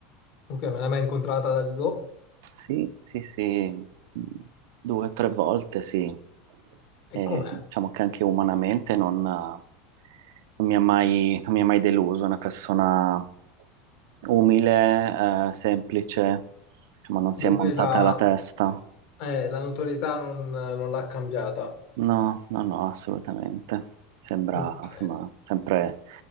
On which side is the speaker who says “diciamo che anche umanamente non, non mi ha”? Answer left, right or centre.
Right